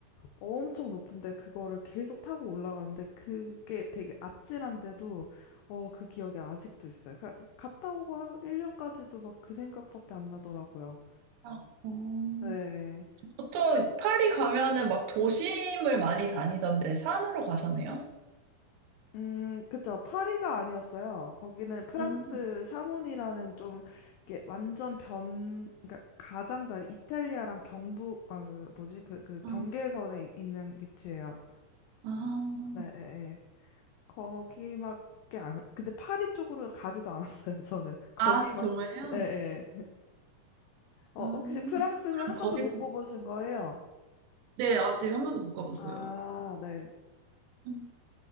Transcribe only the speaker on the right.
아, 음.
보통 파리 가면은 막 도심을 많이 다니던데 산으로 가셨네요?
음,
아,
아,
아, 정말요?
아,
그럼
거기서,
네, 아직 한 번도 못 가봤어요.
음.